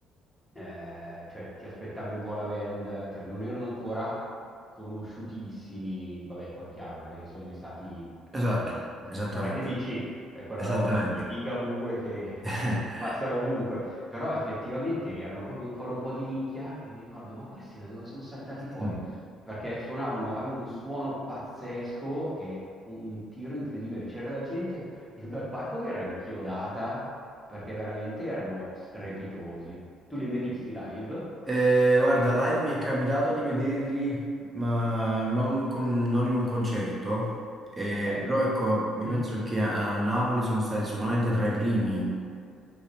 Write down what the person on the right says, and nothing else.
esatto,
esattamente,
esattamente.
<laughs>
Mm.
Eh, guarda, live mi è capitato di vederli, ma non, con- non in un concerto. Eh,
però ecco, io
penso
che a a Napoli sono stati sicuramente tra i primi